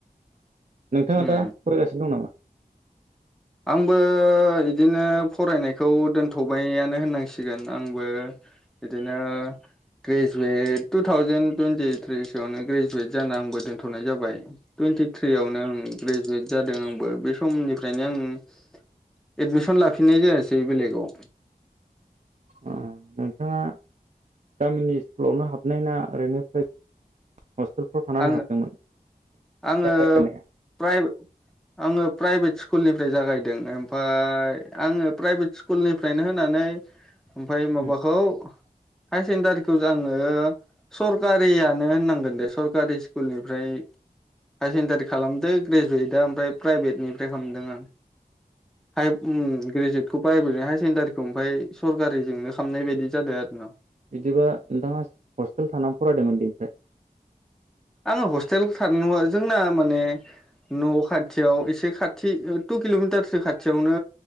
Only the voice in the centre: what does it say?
उम
आंबो इदिनो फरायनायखौ दोनथबायानो होननांसिगोन आंबो बिदिनो ग्रेजुवेट टु थावजेेन टुइन्टिथ्रि सोयावनो ग्रेजुवेट जाना आंबो दोन्थनाय जाबाय टुइन्टिथ्रियावनो ओं ग्रेजुवेट जादों आंबो बे समनिफ्रायनो आं। एदमिसन लाफिननाय जायासै बेलेगाव।
आङो
आङो प्राइ- आङो प्राइभेट स्कुलनिफ्राय जागायदों ओमफाय आङो प्राइभेट स्कुलनिफ्रायनो होनानै ओमफाय माबाखौ
हायार सेकेणडारिखौ आङो सरकारियानो होननांगोन दे स सरकारि स्कुलनिफ्राय हायार सेकेणडारि खालामदों ग्रेजुवेटआ ओमफ्राय प्राइभेटनिफ्राय खालामदों आं ग्रेजुवेटखौ प्राइभेटनि हायार सेकेडारिखौ ओमफ्राय सरकारिजोंनो खालामनाय बायदि जादों आरो न'।
आङो हस्टेल थार जोंना माने न' खाथियाव एसे खाथि टु किल'मिटारसो खाथियावनो